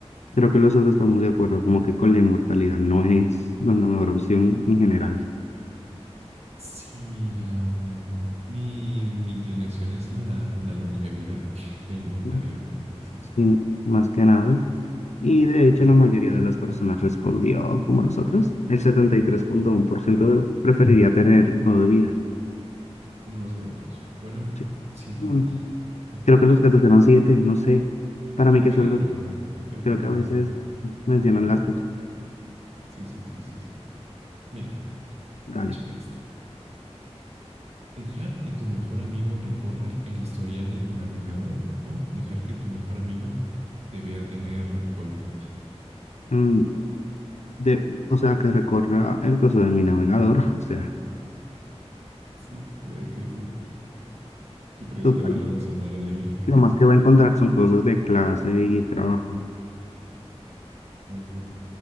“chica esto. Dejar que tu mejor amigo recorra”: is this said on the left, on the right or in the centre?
Right